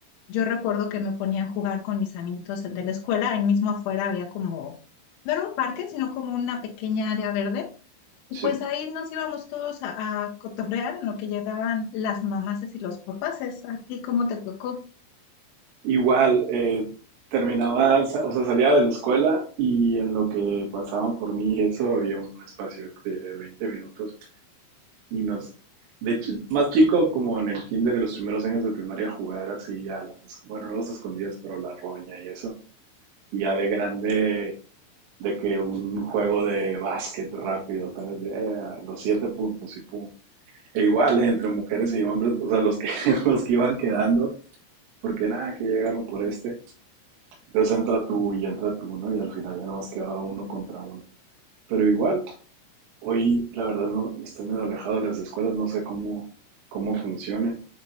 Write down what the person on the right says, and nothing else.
sí.
Igual, eh, terminaba, sa- o sea, salía de la escuela y en lo que pasaban por mí, y eso había un espacio de 20 minutos y nos, de hecho, más chico, como en el kinder, y los primeros años de primaria, jugar así a las, es- bueno, no las escondidas, pero la roña y eso. Y ya de grande, de que un juego de básquet rápido, ¿sabes? De, eh, los siete puntos y pum. E igual, eh, entre mujeres y hombres, o sea, los que, <laughs> los que iban quedando, porque nada, que llegaron por este. Entonces entra tú y entra tú, ¿no? Y al final ya nomás quedaba uno contra uno. Pero igual, hoy la verdad no estoy medio alejado de las escuelas, no sé cómo, cómo funcione.